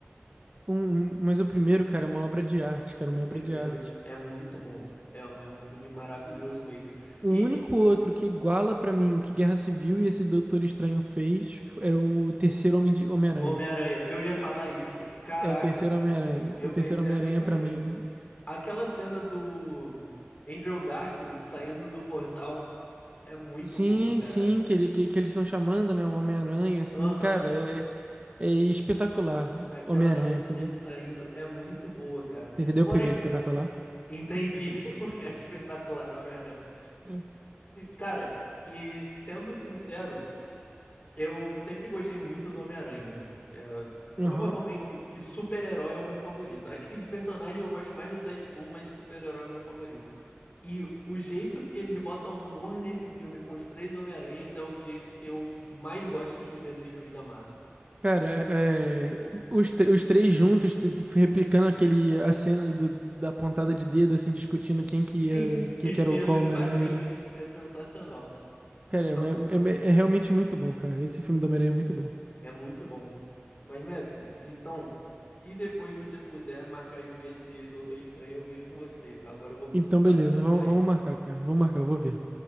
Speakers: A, on the right; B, on the left.
A: Um, um- mas o primeiro, cara, é uma obra de arte, cara, uma
B: O primeiro
A: obra de arte.
B: é muito bom. É, é um filme maravilhoso mesmo.
A: O
B: E
A: único outro que iguala pra mim o que Guerra Civil e esse Doutor Estranho fez é o terceiro
B: o-
A: Homem de Homem-Aranha.
B: Homem-Aranha, eu ia falar isso. Caraca,
A: É o terceiro Homem-Aranha.
B: eu
A: O terceiro
B: pensei
A: Homem-Aranha
B: a mesma
A: pra
B: coisa.
A: mim.
B: Aquela cena do Andrew Garfield saindo do portal é muito
A: Sim,
B: boa, cara.
A: sim, que, ele, que, que eles estão chamando, né? Um Homem-Aranha, assim,
B: Aham,
A: cara, é, é espetacular.
B: aquela
A: Homem-Aranha,
B: cena
A: entendeu?
B: dele saindo é muito boa, cara.
A: Você entendeu
B: Fora,
A: por que que é espetacular?
B: entendi, <laughs> porque é o espetacular Homem-Aranha.
A: Hum.
B: Cara, e sendo sincero. Eu sempre gostei muito do Homem-Aranha, né? É,
A: Aham.
B: provavelmente de super-herói é o meu favorito. Acho que de personagem eu gosto mais do Deadpool, mas de super-herói é o meu favorito. E o jeito que eles botam humor nesse filme com os três Homem-Aranhas é o jeito que eu mais gosto de ver nos filmes da Marvel.
A: Cara, é, é, os, tre- os três juntos te- replicando aquele a cena do- da pontada de dedo, assim, discutindo quem que ia,
B: Sim.
A: quem
B: Que
A: que
B: tinha
A: era o qual
B: nos
A: Homem-Aranha,
B: quadrinhos.
A: né?
B: É sensacional.
A: Cara,
B: Ma-
A: é, é- é é realmente muito bom, cara. Esse filme do Homem-Aranha é muito bom.
B: É muito bom. Mas, Matthew, então, se depois você puder marcar de ver esse Doutor Estranho, eu vejo com você. Agora eu vou precisar
A: Então, beleza,
B: sair.
A: vamos, vamos marcar, cara. Vamos marcar, eu vou ver.